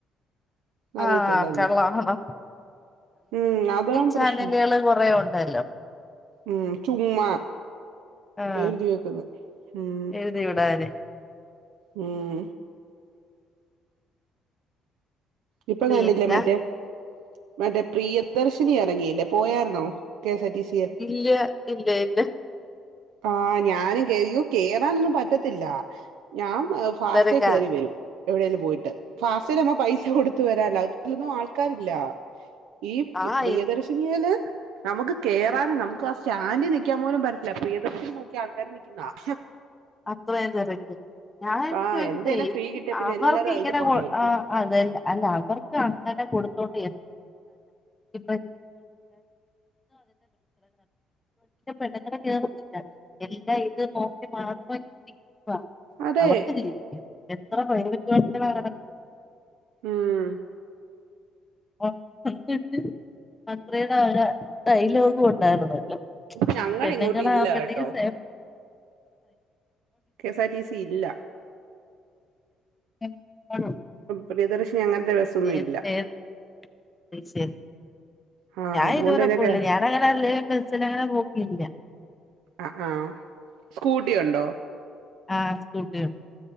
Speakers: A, on the right (about 80°); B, on the left (about 20°).
A: അറിയത്തില്ലല്ലോ
B: ആഹ് കെള്ളാണോ
A: ഉം അതാ പ്രശ്നം
B: ചാനലുകള് കൊറേ ഉണ്ടല്ലോ
A: ഉം ചുമ്മ
B: ആഹ്
A: എഴുതി വെക്കുന്നെ ഉം
B: എഴുതി വിടാന്
A: ഉം ഇപ്പൊ
B: പിന്നെ
A: കണ്ടില്ലേ മറ്റേ മറ്റേ പ്രിയദർശിനി എറങ്ങിയല്ലേ പോയാരുന്നോ K S R T C
B: ഇല്ല ഇല്ല ഇല്ല
A: ആഹ് ഞാനും കേ ഇയ്യോ കേറാനൊന്നും പറ്റത്തില്ല ഞാൻ ഫാസ്റ്റേ
B: തിരക്കാ
A: കേറി വരും എവിടേലും പോയിട്ട് ഫാസ്റ്റേലാവുമ്പം കൊടുത്ത് വരാല്ലോ ലൊന്നും ആൾക്കാരില്ല ഈ
B: ആഹ്
A: പ്രിയദർശിനിയേല് നമുക്ക് കേറാനും നമുക്ക് ആ സ്റ്റാൻഡി നിക്കാൻ പോലും പറ്റത്തില്ല. പ്രിയദർശിനി നോക്കി ആൾക്കാര് നിക്കുന്നത.
B: അത്രയും തെരക്ക് ഞാൻ
A: ആ
B: ചോദിക്കട്ടെ
A: എന്തേലും ഫ്രീ കിട്ടിയ പിന്നെ
B: അവർക്ക്
A: എല്ലാരും അതിന്റെ
B: ഇങ്ങനെ
A: പുറകെ
B: കൊ
A: ആയിരിക്കുമല്ലോ
B: ആഹ് അതല്ല അല്ല അവർക്ക് അങ്ങനെ കൊടുത്തോണ്ട് എ <inaudible> പെണ്ണുങ്ങള് കേറത്തില്ല എല്ലാം ഇത് നോക്കി മാ <unintelligible>
A: അതെ
B: അവർക്ക് ജീവിക്ക എത്ര പൈവറ്റ് വണ്ടിയാണ് കെട
A: ഉം
B: <unintelligible> ഇതായി ലോകം ഉണ്ടായിരുന്നല്ലോ
A: ഞങ്ങടെ
B: പെണ്ണുങ്ങളാമ്പത്തേക്കും
A: ഇങ്ങോട്ട് ഇല്ല കേട്ടോ
B: സേ
A: K S R T C ഇല്ല
B: ഏഹ് ആണോ
A: പ്രിയദർശിനി
B: <inaudible>
A: അങ്ങനത്തെ ബസ്സൊന്നും
B: അത്
A: ഇല്ല
B: ശരി
A: ആ
B: ഞാൻ
A: അതുകൊണ്ട്
B: ഇതുവരെ
A: തന്നെ
B: പോയില്ല
A: കേ
B: ഞാൻ അങ്ങനെ അല്ലേലും ബസ്സിലങ്ങനെ പോക്കില്ല
A: ആഹ് ആഹ് സ്കൂട്ടി ഒണ്ടോ
B: ആ സ്കൂട്ടി ഉണ്ട്